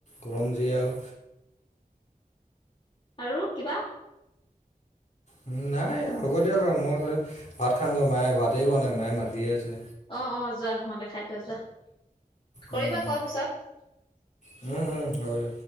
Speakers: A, on the left; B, on the left.
A: গৰম যি আৰু।
B: আৰু কিবা।
A: উম নাই হ'ব দিয়ক আৰু মইফে ভাত খামংগৈ মায়ে ভাতেই খোৱা নাই মায়ে মাতিয়ে আছে
B: অ', অ', যোৱা নহলে খাই থোৱা যোৱা কৰিবা
A: উম উম
B: ক'ল পিছত।
A: উম, উম। হ'ব দিয়ক